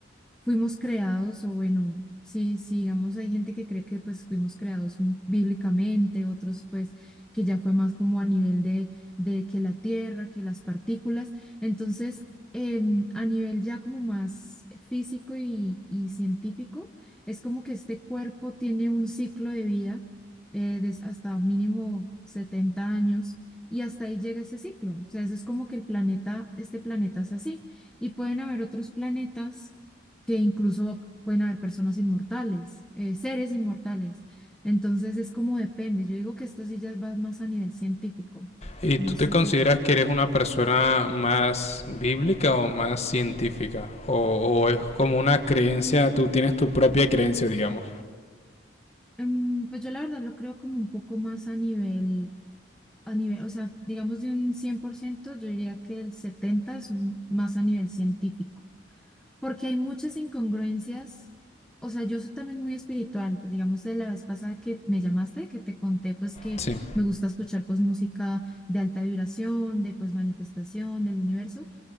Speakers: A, in the centre; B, on the left.
A: fuimos creados, o bueno, sí, sí, digamos, hay gente que cree que pues fuimos creados m- bíblicamente, otros pues que ya fue más como a nivel de, de que la tierra, que las partículas. Entonces, em, a nivel ya como más físico y, y científico, es como que este cuerpo tiene un ciclo de vida eh, des- hasta mínimo 70 años. Y hasta ahí llega ese ciclo. O sea, eso es como que el planeta, este planeta es así. Y pueden haber otros planetas que incluso pueden haber personas inmortales, eh, seres inmortales. Entonces es como depende. Yo digo que esto sí ya va más a nivel científico.
B: ¿Y
A: No
B: tú te
A: sé
B: consideras
A: si,
B: que eres una persona más bíblica o más científica? ¿O, o es como una creencia, tú tienes tu propia creencia, digamos?
A: em, pues yo la verdad lo creo como un poco más a nivel, a nivel, o sea, digamos de un 100%, yo diría que el 70 es un- más a nivel científico. porque hay muchas incongruencias. O sea, yo soy también muy espiritual, pues, digamos, de la vez pasada que me llamaste, que te conté, pues que
B: Sí.
A: me gusta escuchar pues música de alta vibración, de pues manifestación, del universo.